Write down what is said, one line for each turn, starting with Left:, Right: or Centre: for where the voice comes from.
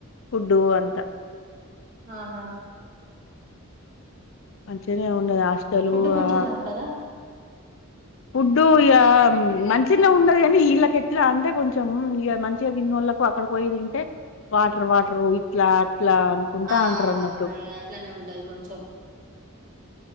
Left: ఫుడ్డు అంతా
Right: ఆహా
Left: అంచిగనే ఉన్నది ఆస్టలు
Right: ఫుడ్ మంచిగానే
Left: ఆ.
Right: ఉంటదా?
Left: <inaudible> ఫుడ్ ఇగా మంచిగనే ఉన్నది గానీ ఇళ్ళక ఎట్లా అంటే కొంచెం ఇగా మంచిగా తిన్నోళ్ళ. అక్కడికి పోయి తింటే వాటర్ వాటర్ ఇట్లా అట్లా అనుకుంటే
Right: ఆ!
Left: అంటరు అన్నట్టు.
Right: ఆ! ఇగ అట్లనే ఉంటది కొంచెం.